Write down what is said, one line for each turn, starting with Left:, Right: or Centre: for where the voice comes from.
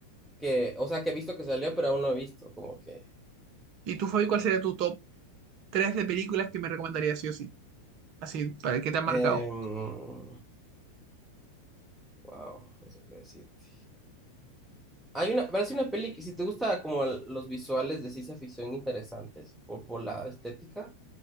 Centre: que, o sea, que he visto que salió, pero aún no he visto, como que...
Right: y tú, Fabi, cuál sería tu top 3 de películas que me recomendarías sí o sí? Así, ¿para qué te han marcado?
Centre: em, wow, no sé qué decirte. Hay una, parece una peli que si te gusta como el- los visuales de ciencia ficción interesantes por, por la estética,